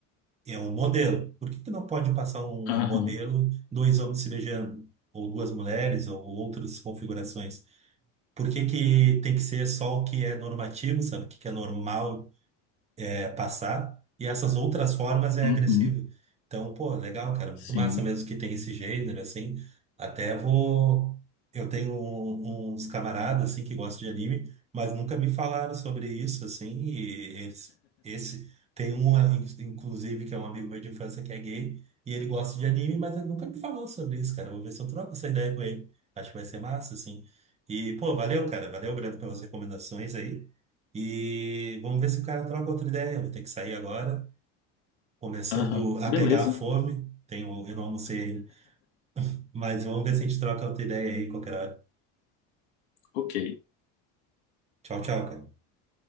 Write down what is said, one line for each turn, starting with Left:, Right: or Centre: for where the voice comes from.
Right: É um modelo. Por que que não pode passar um
Left: aham,
Right: modelo, dois homens se beijando, ou duas mulheres, ou outras configurações? Por que que tem que ser só o que é normativo, sabe? O que que é normal, é, passar, e essas outras formas é
Left: uhum,
Right: agressivo. Então, pô, legal, cara, muito
Left: sim,
Right: massa mesmo que tem esse gênero, assim. Até vou. Eu tenho um- uns camaradas, assim, que gostam de anime, mas nunca me falaram sobre isso, assim, e eles. Esse. Tem um, ah, in- inclusive, que é um amigo meu de infância que é gay, e ele gosta de anime, mas ele nunca me falou sobre isso, cara. Vou ver se eu troco essa ideia com ele. Acho que vai ser massa, assim. E, pô, valeu, cara. Valeu, Brando, pelas recomendações aí. E vamos ver se o cara troca outra ideia. Eu vou ter que sair agora, começando
Left: aham,
Right: a
Left: beleza,
Right: pegar a fome. Tenho, eu não almocei ainda. Mas vamos ver se a gente troca outra ideia aí qualquer hora.
Left: ok,
Right: Tchau, tchau, cara.